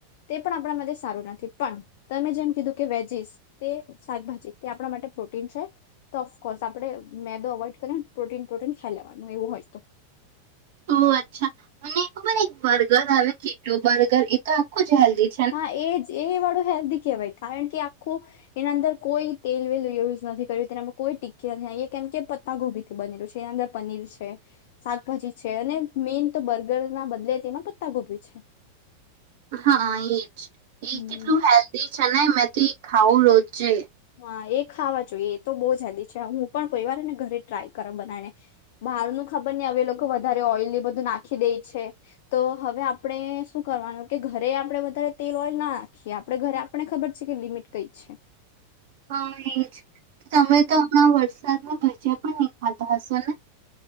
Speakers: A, on the left; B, on the right.
A: તે પણ આપણા માટે સારું નથી પણ તમે જેમ કીધું કે વેજીસ તે શાકભાજી તે આપણા માટે પ્રોટીન છે તો ઓફકોર્સ આપણેે મેદો અવોઇડ કરીને પ્રોટીન પ્રોટીન ખાઈ લેવાનું એવું હોય તો.
B: તો અચ્છા અને ખબર એક બર્ગર આવે કીટો બર્ગર એ તો આખું જ હલ્દી
A: હા એજ એ વાળું હેલ્દી કહેવાય કારણ કે આખો એના અંદર કોઈ તેલ વેલ યુઝ નથી કર્યું તેનામાં કોઈ ટીકી નથી આ કેમ કે પત્તા ગોબી થી બનેલું છે. એ અંદર પનીર છે. શાકભાજી છે. અને મેન તો બર્ગર ના બદલે તેમાં પત્તા ગોભી છે.
B: હા એજ એ
A: હમ.
B: કેટલું હેલ્દી છે. ને મેં તો ખાવું રોજે
A: હા એ ખાવા જોઈએ એ તો બહુ જ હેલ્દી છે હું પણ કોઈ વાર ને ઘરે ટ્રાય કર બનાને.. બહાર નું ખબર નહી હવે લોકો વધારે ઓઇલ બધું નાખી દે છે. તો હવે આપણે શું કરવાનું કે ઘરે આપણે વધારે તેલ ઓઇલ ના નાખીએ આપ આપણે ઘરે આપણને ખબર છે. કે લિમિટ કઈ છે.
B: હા એ જ તમે તો હમણાં વરસાદમાં ભજીયા પણ નહી ખાતા હશો ને?